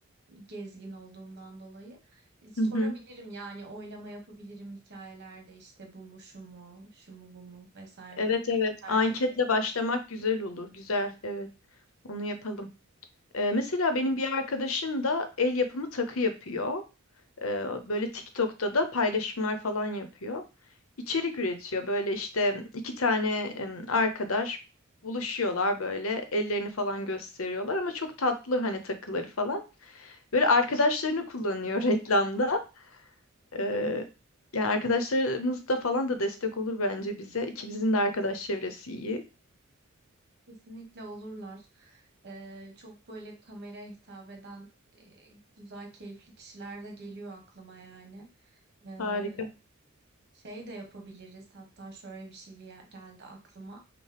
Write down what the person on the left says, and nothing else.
Hı hı.
Evet evet.
Anketle başlamak güzel olur. Güzel. Evet. Onu yapalım. Ee, mesela benim bir arkadaşım da el yapımı takı yapıyor. Ee, böyle TikTok'ta da paylaşımlar falan yapıyor. İçerik üretiyor. Böyle işte iki tane em, arkadaş buluşuyorlar böyle ellerini falan gösteriyorlar ama çok tatlı hani takıları falan. Böyle arkadaşlarını kullanıyor <laughs> reklamda. Ee, yani arkadaşlarımız da falan da destek olur bence bize. İkimizin de arkadaş çevresi iyi.
Harika.